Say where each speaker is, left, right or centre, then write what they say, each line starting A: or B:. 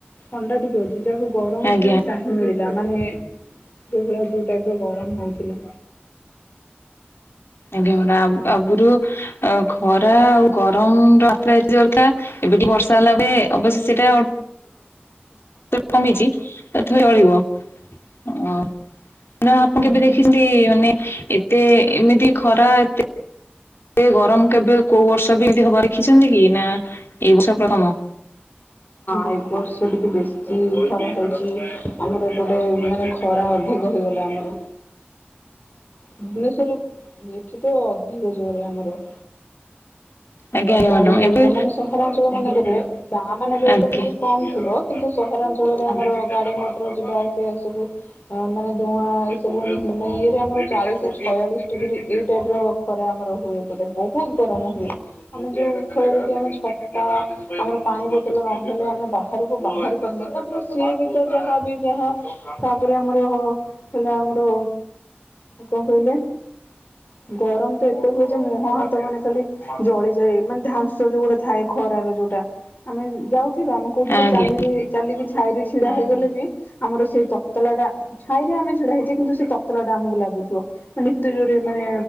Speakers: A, on the left; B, on the left.
A: ଥଣ୍ଡା ଟିକେ ଅଛି। ଯାହାହଉ ଗରମ
B: ଆଜ୍ଞା
A: ଉପରେ ବି ତ୍ରାହିଁ ମିଳିଲା ମାନେ ଯୋଉ ଭଳିଆ ଯୋଉ ଟାଇପ ର ଗରମ ହଉଥିଲା
B: ଆଜ୍ଞା ଆଗରୁ ଖରା ଆଉ ଗରମ ମାତ୍ରା ଜୋରଥାଏ ଏବେ ଟିକେ ବର୍ଷା ହେଲା ଅବଶ୍ୟ ସେଟା କ-ମି-ଛି ତଥାଇ ଚଳିବ ଆ ନ ଆପଣ କେବେ
A: ଆଜ୍ଞା।
B: ଦେଖିଛନ୍ତି ଏତେ ଏମିତି ଖରା ଏତେ ଏ ଗରମ କେବେ କୋଉ ବର୍ଷ ବି ଏମିତି ହବାର ଦେଖିଛନ୍ତି କି ନା ଏଇ ବର୍ଷ ପ୍ରଥମ?
A: ଏ ବର୍ଷ ଟିକେ ବେଶୀ ଖରା ହେଉଛି ଆମର ଏପଟେ ମାନେ ଖରା ଅଧିକ ହେଇଗଲା ଆମର। ଭୁବନେଶ୍ୱର ଏଠି ତ ଅଧିକ ଜୋର ଆମର
B: ଆଜ୍ଞା ଆଜ୍ଞା
A: ଗାଡି
B: ମ୍ୟାଡ଼ାମ
A: ମଟର
B: ଏବେ
A: ମାନେ ସହରାଞ୍ଚଳ ମାନଙ୍କରେ ଗାଁ ମାନଙ୍କରେ
B: ଆଜ୍ଞା
A: ତ ଟିକେ କମ ଥିବ କିନ୍ତୁ ସହରାଞ୍ଚଳରେ ଆମର ଗାଡି ମଟର ରୋଜିବାର। ସେ ସବୁ ଅ ମାନେ ଧୁଆ। ୁ ଇଏରେ ଆମର ଚାଳିଶ ବୟାଳିଶ ଡିଗ୍ରୀ େବ୍ର ଖରା ଆମର ହୁଏ। ଗଟେ ବହୁତ ଗରମ ହୁଏ। ଆମେ ଯୋଉ ଫଳରେ ଯଦି ଆମେ ଛତା ଆମର ପାଣି ବୋତଲ ନହେଲେ ଆମେ ବାହାରକୁ ବାହାରି ପାରୁନ ତାପରେ ସିଏ ବି ତ ଯାହା ବି ଯାହା ତାପରେ ଆମର ହେଲା। ଆମର କଣ କହିଲେ? <inaudible> ଗରମ ତ ଏତେ ହୁଏ, ଯେ ମୁହଁ ହାତ ମାନେ ଖାଲି ଜଳିଯାଏ। ମାନେ ଧାଂସ ଯୋଉ ଗୋଟା ଥାଏ। ଖରାର ଯୋଉଟା ଆମେ ଯାଉ ଯିବା ଆମେ କୋଉଠିୋଟେ
B: ଆଜ୍ଞା
A: ଚାଲିରେ ଚାଲିକି ାଇ ଦେଇ। ଛିଡା ହେଇଗଲେ ବି ଆମର ସେଇ ତତଲା ଟା ଛାଇରେ ଆମେ ଛିଡା ହେଇଛେ। କିନ୍ତୁ ସେ ତତଲା ଟା ଆମକୁ ଲାଗୁଛି। ମାନେ ନିତ୍ୟ ଜୋରେ ମାନେ